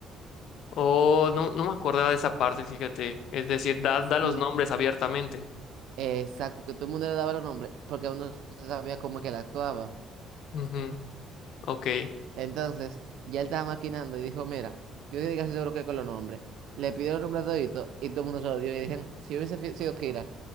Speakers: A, on the left; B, on the right.
A: O no, no me acordaba de esa parte, fíjate. Es decir, da, da los
B: Mm,
A: nombres abiertamente.
B: Exacto, que todo el mundo le daba los nombres porque uno no se sabía cómo que él actuaba.
A: Ujú. Ok.
B: Entonces, ya él estaba maquinando y dijo, mira, yo estoy casi seguro que con los nombres. Le pidió los nombres a todito y todo el mundo se lo dio. Y dijeron, si hubiese fi- sido Kira,